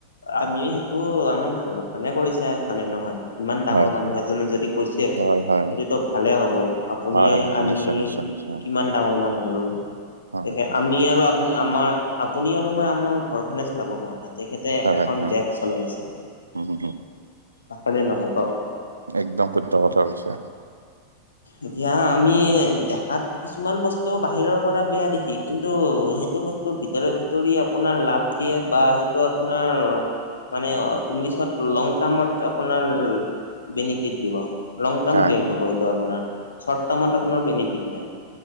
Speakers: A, on the left; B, on the right.
A: আমি সেইটো আমাৰ ভাল কাৰণে কৰিছে হয়নে নহয় ইমান ডাঙৰ
B: হয় হয়
A: মানুহ এজনে যদি কৈছে
B: হয় হয়
A: এইটোতো ভালে হব আপুনি
B: হয় হয় হয়
A: আমি
B: নিশ্চয় নিশ্চয় নিশ্চয়
A: কিমান ডাঙৰ মানুহ আৰু
B: হয়।
A: তেখে আমি আৰু আপ আমাৰ আপুনি আৰু মই আমাৰ ঘৰখনে চলাব পৰা নাই। তেখেতে
B: হয়
A: এখন
B: হয়
A: দেশ চলাই আছে,
B: উম হুম
A: হয় নে নহয় কওঁক?
B: একদম শুদ্ধ কথা কৈছে।
A: এতিয়া আমি দেখাত কিছুমান বস্ টো বাহিৰৰ পৰা বেয়া দেখি কিন্তু সেইটো বস্তুৰ ভিতৰে ভিতৰি আপোনাৰ লাভ দিয়ে বা সেই টো আপোনাৰ মানে ইংলিছত লং টাৰ্মত আপোনাৰ বেনিফিট দিব লং টাইম
B: হয়
A: গেন হ'ব সেইটো আপোনাৰ, চৰ্ত টাৰ্মত আপোনাৰ বেনিফিট নাই।